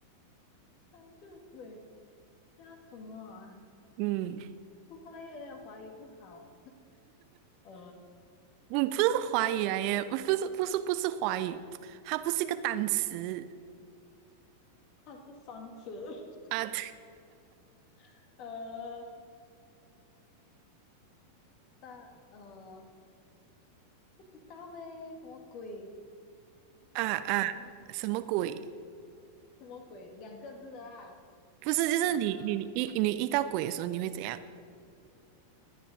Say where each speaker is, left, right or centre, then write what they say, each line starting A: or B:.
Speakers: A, on the left; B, on the right.
A: <laughs> 三个鬼叫什么啊？
B: 嗯，
A: 不会耶，华语不好，<laughs> 呃，
B: 嗯，不是华语来耶，不是，不是，不是华语，它不是一个单词。
A: 它是双子，
B: 啊，<laughs>
A: <laughs> 呃，但呃。不知道诶，什么鬼？
B: 啊啊，
A: 什么鬼？
B: 什么鬼？
A: 什么鬼？两个字的啊，
B: 不是，就是你你你遇你遇到鬼的时候，
A: 呃，
B: 你会怎样？